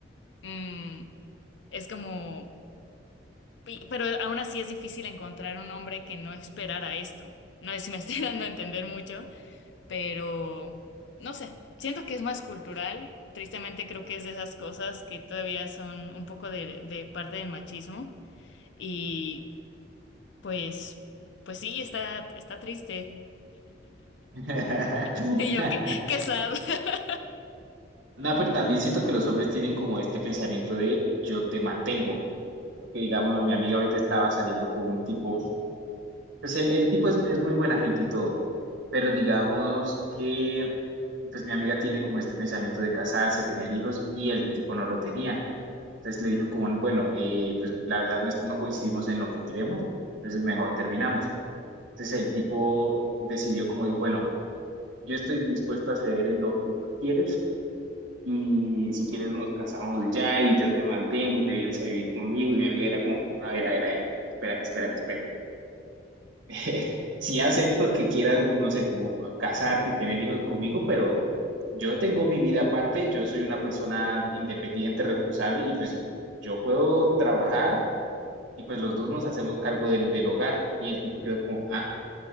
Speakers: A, on the left; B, on the right.
A: mm, es como, pi- pero aún así es difícil encontrar un hombre que no esperara esto. No sé si me <laughs> estoy dando a entender mucho, pero no sé, siento que es más cultural. Tristemente creo que es de esas cosas que todavía son un poco de, de parte del machismo y pues, pues sí, está, está triste.
B: <laughs>
A: <laughs> Y yo, qué, qué sad. <laughs>
B: No, pero también siento que los hombres tienen como este pensamiento de yo te mantengo. Porque digamos, mi amiga ahorita estaba saliendo con un tipo, pues el, el tipo es, es muy buena gente y todo, Pero digamos que, pues mi amiga tiene como este pensamiento de casarse, tener hijos, y el tipo no lo tenía. Entonces le dijo como, bueno, eh, pues la verdad no, es- no coincidimos en lo que queremos, entonces mejor terminamos. Entonces el tipo decidió como, dijo, bueno, yo estoy dispuesto a ceder en lo que tú quieres, y si quieres nos casamos ya, y yo te mantengo, y te vienes a vivir conmigo, y mi amiga era como, a ver, a ver, a ver, espérate, espérate, espérate. <laughs> Sí acepto que quieras, no sé, como casarte y tener hijos conmigo, pero yo tengo mi vida aparte, yo soy una persona independiente, responsable y pues yo puedo trabajar y pues los dos nos hacemos cargo del, del hogar. Y el tipo quedó como, ah,